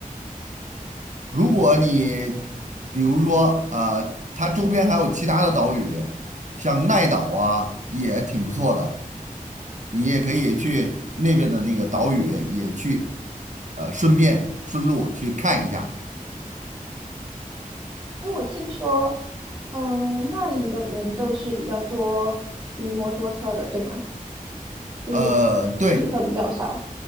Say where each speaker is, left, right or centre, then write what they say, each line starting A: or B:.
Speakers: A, on the right (about 55°); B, on the right (about 30°).
A: 如果你比如说呃，它周边还有其他的岛屿，像奈岛啊，也挺不错的，你也可以去那边的那个岛屿也去，呃，顺便顺路去看一下。
B: 因为我听说，嗯、那里的人都是比较多骑摩托车的，对吗？就是
A: 呃，对，
B: 汽车比较少。